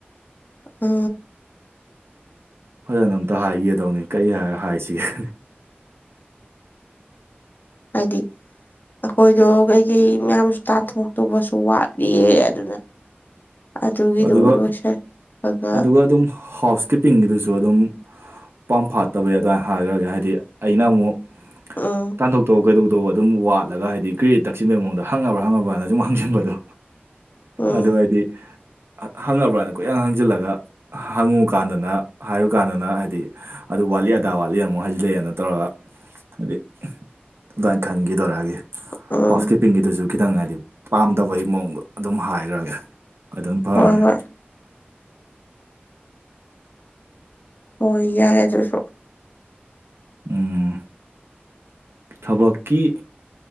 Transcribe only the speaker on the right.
ꯐꯖꯅ ꯑꯝꯇ ꯍꯥꯏꯒꯦꯗꯧꯅꯤ ꯀꯔꯤ ꯍꯥꯏꯔ ꯍꯥꯏꯁꯤꯒꯦ
ꯑꯗꯨꯒ
ꯑꯗꯨꯒ ꯑꯗꯨꯝ ꯍꯥꯎꯁ ꯀꯤꯞꯄꯤꯡꯒꯤꯗꯨꯁꯨ ꯑꯗꯨꯝ ꯄꯝꯐꯥꯠꯇꯕ ꯌꯥꯏ ꯑꯗꯨꯃꯥꯏꯅ ꯍꯥꯏꯈ꯭ꯔꯒ ꯍꯥꯏꯗꯤ ꯑꯩꯅ ꯑꯃꯨꯛ
ꯇꯥꯟꯊꯣꯛ ꯇꯣꯛ ꯀꯩꯗꯧꯗꯧꯕ ꯑꯗꯨꯝ ꯋꯥꯠꯂꯒ ꯍꯥꯏꯗꯤ ꯀ꯭ꯔꯔꯤꯠ ꯇꯛꯁꯤꯟꯕꯩ ꯃꯑꯣꯡꯗ ꯍꯪꯉꯕ꯭ꯔꯥ ꯍꯪꯉꯕ꯭ꯔꯥꯅ ꯁꯨꯝ ꯍꯥꯡꯁꯤꯟꯕꯗꯣ
ꯑꯗꯨ ꯍꯥꯏꯗꯤ ꯍꯪꯉꯕ꯭ꯔꯥꯅ ꯀꯨꯌꯥꯪ ꯍꯪꯖꯤꯜꯂꯒ ꯍꯪꯉꯨꯀꯥꯟꯗꯅ ꯍꯥꯏꯔꯨꯀꯥꯟꯗꯅ ꯍꯥꯏꯗꯤ ꯑꯗꯨ ꯋꯥꯠꯂꯤ ꯑꯗꯥ ꯋꯥꯠꯂꯤꯅ ꯑꯃꯨꯛ ꯍꯥꯏꯖꯤꯜꯂꯛꯑꯦꯅ ꯇꯧꯔꯒ ꯍꯥꯏꯗꯤ ꯑꯗꯨꯃꯥꯏꯅ ꯈꯟꯈꯤꯦꯗꯧꯔꯛꯑꯒꯦ
ꯍꯥꯎꯁ ꯀꯤꯞꯄꯤꯡꯒꯤꯗꯨꯁꯨ ꯈꯤꯇꯪ ꯍꯥꯏꯗꯤ ꯄꯥꯝꯗꯕꯒꯤ ꯃꯑꯣꯡꯗꯣ ꯑꯗꯨꯝ ꯍꯥꯏꯈ꯭ꯔꯒꯦ ꯑꯗꯨꯝ ꯐꯔꯅꯤ
ꯎꯝ ꯊꯕꯀꯤ